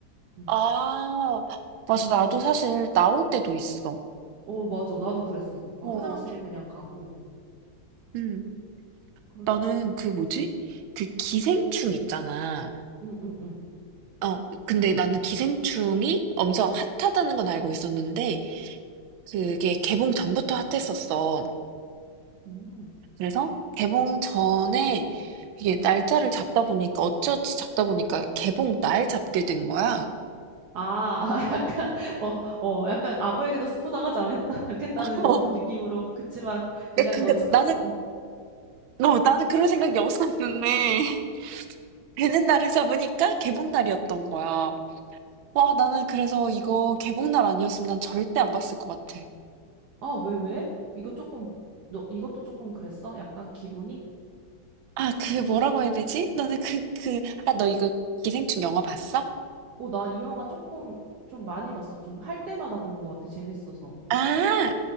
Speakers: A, on the right; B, on the right.
A: 응.
B: 아, 맞아. 나도 사실 나올 때도 있어.
A: 어 맞아. 나도 그랬어. 막
B: 어,
A: 화장실 그냥 가고.
B: 음.
A: 그렇.
B: 나는 그 뭐지? 그 기생충 있잖아.
A: 응응응.
B: 어, 근데 나는 기생충이 엄청 핫하다는 건 알고 있었는데, 그게 개봉 전부터 핫했었어.
A: 음.
B: 그래서 개봉 전에 이게 날짜를 잡다 보니까 어찌어찌 잡다 보니까 개봉 날 잡게 된 거야.
A: 아, 아, <laughs> 약간, 어, 어, 약간 아무에게도 스포 당하지 않겠다, <laughs>
B: 어,
A: 않겠다는 것 같은 느낌으로. 그치만, 그냥
B: 에, 그니까
A: 넌, 자-
B: 나는,
A: 어,
B: 어, 나는 그런 생각이 없었는데, <laughs> 되는 날을 잡으니까 개봉 날이었던 거야. 와, 나는 그래서 이거 개봉 날 아니었으면 난 절대 안 봤을 것 같아.
A: 아, 왜, 왜? 이거 조금, 너, 이것도 조금 그랬어? 약간 기분이?
B: 아, 그 뭐라고 해야 되지? 너는 그, 그, 아, 너 이거 기생충 영화 봤어?
A: 어, 난 이 영화 조금, 좀 많이 봤어. 좀 할 때마다 본 것 같아. 재밌어서.
B: 아,